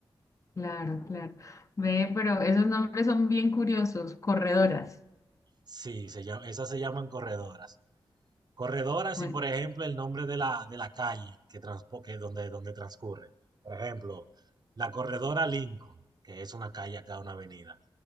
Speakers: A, on the left; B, on the right.
A: Claro, claro. Ve, pero esos nombres son bien curiosos, corredoras.
B: Sí, se llama, esas se llaman corredoras. Corredoras
A: Bueno,
B: y, por ejemplo, el nombre de la, de la calle que, transpo- que donde, donde transcurre. Por ejemplo, la corredora Lincoln, que es una calle acá, una avenida.